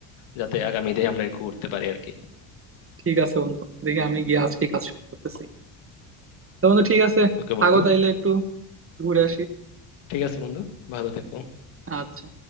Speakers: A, on the left (about 75°); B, on the right (about 25°).
A: যাতে আগামী দিনে আমরা একটু করতে পারি আর কি
B: ঠিক আছে বন্ধু দেখি আমি গিয়ে আজকে কাজ শুরু করতেছি তো বন্ধু ঠিক আছে
A: ওকে
B: থাকো
A: বন্ধু
B: তাইলে একটু ঘুরে আসি
A: ঠিক আছে বন্ধু ভালো থেকো
B: আচ্ছা